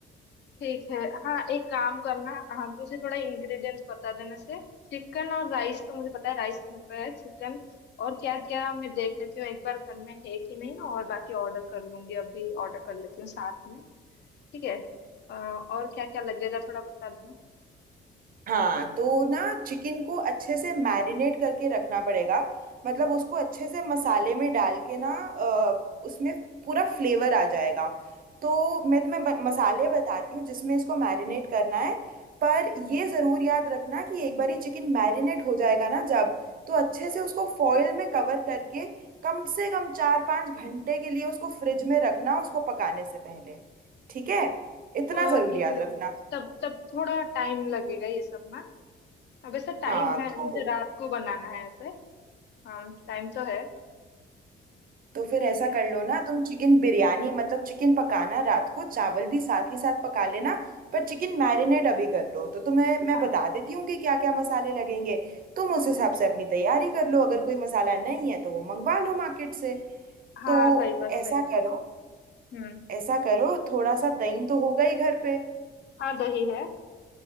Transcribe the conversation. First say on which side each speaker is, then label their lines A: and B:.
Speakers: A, on the left; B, on the right.
A: ठीक है हाँ एक काम करना आप मुझे थोड़ा इंग्रेडिएंट्स बता देने से चिकन और राइस तो मुझे पता है राइस घर पे है चिकन और क्या क्या मैं देख लेती हूँ एक बार घर में है कि नहीं और बाकी ऑर्डर कर लूंगी अभी ऑर्डर कर लेती हूँ साथ में ठीक है अ, और क्या क्या लगेगा थोड़ा बता देना
B: हाँ तो ना चिकन को अच्छे से मैरिनेट करके रखना पड़ेगा मतलब उसको अच्छे से मसाले में डाल के ना अ, उसमें पूरा फ्लेवर आ जाएगा तो मैं तुम्हें ब- मसाले बताती हूँ जिसमें इसको मैरिनेट करना है पर ये ज़रूर याद रखना कि एक बार ही चिकन मैरिनेट हो जाएगा ना जब तो अच्छे से उसको फॉil में कवर करके कम से कम चार पाँच घंटे के लिए उसको फ्रिज में रखना उसको पकाने से पहले ठीक है इतना
A: तो
B: ज़रूर
A: ठीक
B: याद
A: है
B: रखना
A: तब तब थोड़ा टाइम लगेगा ये सब ना अब ऐसा
B: हाँ
A: टाइम है
B: तो
A: मुझे रात को बनाना है ऐसे हाँ टाइम तो है
B: तो फिर
A: ठीक
B: ऐसा
A: है
B: कर लो ना तुम चिकन बिरयानी मतलब चिकन पकाना रात को चावल भी साथ ही साथ पका लेना पर चिकन मैरिनेट अभी कर लो तो तुम्हें मैं
A: हाँ
B: बता देती हूँ कि क्या क्या मसाले लगेंगे तुम उस हिसाब से अपनी तैयारी कर लो अगर कोई मसाला नहीं है तो वो मंगवा लो मार्केट से
A: हाँ
B: तो
A: सही बात सही
B: ऐसा
A: बात
B: करो
A: हम्म
B: ऐसा करो थोड़ा सा दही तो होगा ही घर पे
A: हाँ दही है